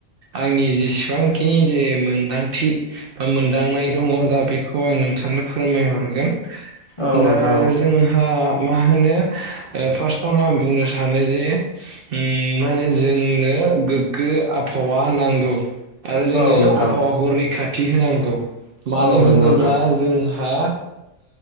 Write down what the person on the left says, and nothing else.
औ
नोंथां औ
औ नोंथां
औ नंगौ
नोंथां